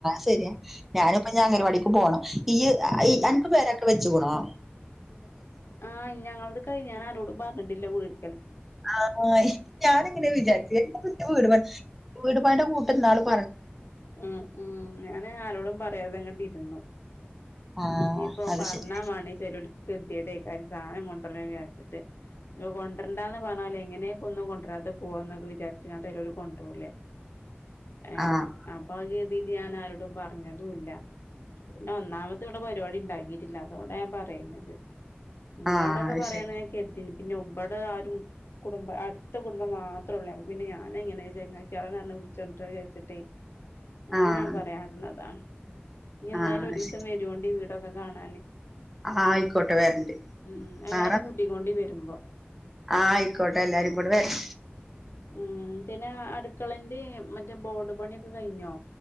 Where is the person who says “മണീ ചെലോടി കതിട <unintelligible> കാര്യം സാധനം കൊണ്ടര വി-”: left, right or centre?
Left